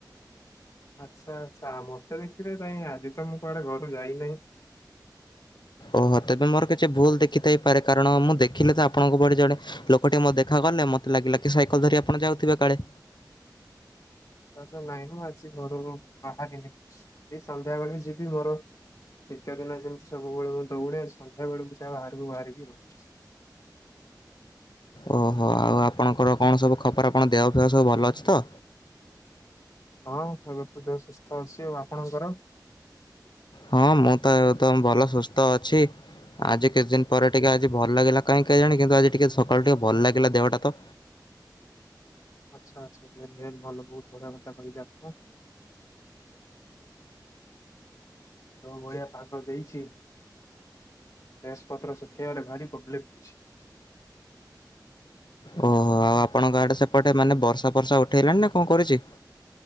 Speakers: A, on the left (about 50°); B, on the left (about 80°).
A: ଆଚ୍ଛା ଆଛା ମତେ ଦେଖିବେ କାଇଁ ଆଜି ତ ମୁଁ କୁଆଡେ ଘରୁ ଯାଇନାହିଁ।
B: ଓହୋ ତେବେ ମୋର କିଛି ଭୁଲ ଦେଖିଥାଇପାରେ କାରଣ ମୁଁ ଦେଖିଲି ତ ଆପଣଙ୍କ ଭଳି ଜଣେ ଲୋକଟେ ମତେ ଦେଖା ଗଲେ ମୋତେ ଲାଗିଲା କି ସାଇକେଲ ଧରି ଆପଣ ଯାଉଥିବେ କାଳେ।
A: ଆଛା ନାଇଁ ମୁଁ ଆଜି ଘରୁ ବାହାରିନି ଏଇ ସନ୍ଧ୍ୟା ବେଳେ ଯିବି ମୋର ଦ୍ୱିତୀୟ ଦିନ ଯେମିତି ସବୁବେଳେ ମୁଁ ଦୌଡେ ସନ୍ଧ୍ୟା ବେଳକୁ ଯା ବାହାରକୁ ବାହାରିବି ଆଉ।
B: ଓହୋ ଆଉ ଆପଣଙ୍କର କଣ ସବୁ ଖବର ଆପଣ ଦେହଫେହ ସବୁ ଭଲ ଅଛି ତ?
A: ହଁ ଏବେ ତ ଦେହ ସୁସ୍ଥ ଅଛି ଆଉ ଆପଣଙ୍କର?
B: ହଁ ମୁଁ ତ ଏକଦମ ଭଲ ସୁସ୍ଥ ଅଛି ଆଜି କିଛି ଦିନ ପରେ ଟିକେ ଆଜି ଭଲ ଲାଗିଲା କାହିଁ କେଜାଣି କିନ୍ତୁ ଆଜି ଟିକେ ସକାଳୁ ଟିକେ ଭଲ ଲାଗିଲା ଦେହଟା ତ।
A: ଆଚ୍ଛା ଆଚ୍ଛା <unintelligible> ଭଲ ବହୁତ ବଢିଆ କଥା କହିଲେ ଆପଣ। ଯୋଉ ଭଳିଆ ପାଗ ଦେଇଛି ଡ୍ରେସ୍ ପତ୍ର ସୁଖେଇବାରେ ଭାରି ପ୍ରୋବଲେମ୍ ହଉଛି।
B: ଓହୋ ଆଉ ଆପଣଙ୍କ ଆଡେ ସେପଟେ ମାନେ ବର୍ଷା ଫର୍ଷା ଉଠେଇଲାଣି ନା କଣ କରୁଛି?